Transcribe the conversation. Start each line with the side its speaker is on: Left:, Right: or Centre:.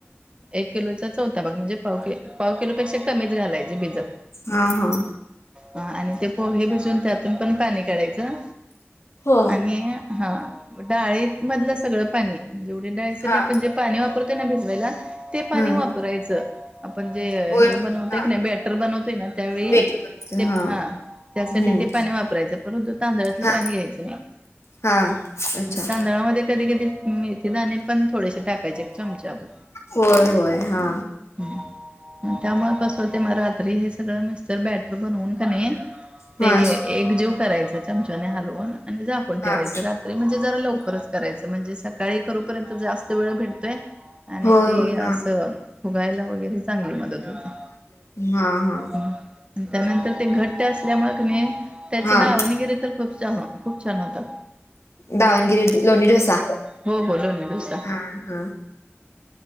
Right: एक किलोचा चौथा भाग म्हणजे पाव किलो... पाव किलोपेक्षा पण कमीच घालायची भिजत.
Left: हां, हां.
Right: हा आणि ते पोहे भिजवून त्यातून पण पाणी काढायचं.
Left: हो.
Right: आणि हा डाळीमधलं सगळं पाणी जेवढी डाळीसाठी
Left: हां,
Right: आपण जे पाणी वापरतोय ना भिजवायला. ते पाणी
Left: हं.
Right: वापरायचं. आपण जे
Left: होय,
Right: हे
Left: होय.
Right: बनवतोय
Left: हां.
Right: क नय बॅटर बनवतोय ना त्यावेळी
Left: बेटर बनवते.
Right: ते
Left: हां,
Right: हा त्यासाठी
Left: हं.
Right: ते पाणी वापरायचं. परंतु तांदळातलं
Left: हां,
Right: पाणी घ्यायचं नाही.
Left: हां. अच्छा.
Right: तांदळामध्ये कधी कधी मेथी दाणे पण थोडेसे टाकायचे. चमचाभर
Left: होय होय हा
Right: हम्म. त्यामुळे कस होते. मग रात्री हे सगळं मिक्सचर बॅटर बनवून कणी ते
Left: हां,
Right: एक जीव करायचं चमचाने हलवून आणि झाकून
Left: हां.
Right: ठेवायच रात्री म्हणजे जरा लवकरच करायचं. म्हणजे सकाळी करूपर्यंत जास्त वेळ भेटतोय आणि
Left: होय,
Right: ते
Left: होय.
Right: असं
Left: हां.
Right: खूप फुगायला वगैरे चांगली मदत होते.
Left: हा हा
Right: आणि त्यानंतर ते घट्ट असल्यामुळे कणी त्याचे
Left: हां.
Right: दावणगिरी तर उत्तम खूप छान होतात.
Left: दावणगिरी लोणी डोसा
Right: हो हो लोणी डोसा
Left: हां, हां.